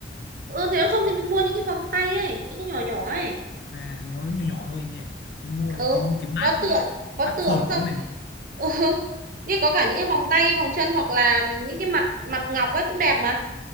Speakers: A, on the right; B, on the left.
A: ừ, thế nếu không thì mình mua những cái vòng tay ấy những cái nhỏ nhỏ ấy
B: à nó nhỏ nhỏ thôi nhỉ chứ mua
A: ừ
B: lại tính như cái bát
A: có tượng có
B: bát
A: tượng
B: phở
A: xong
B: này
A: rồi <laughs> ừ. như có cả những cái vòng tay vòng chân hoặc là những cái mặt mặt ngọc ấy cũng đẹp mà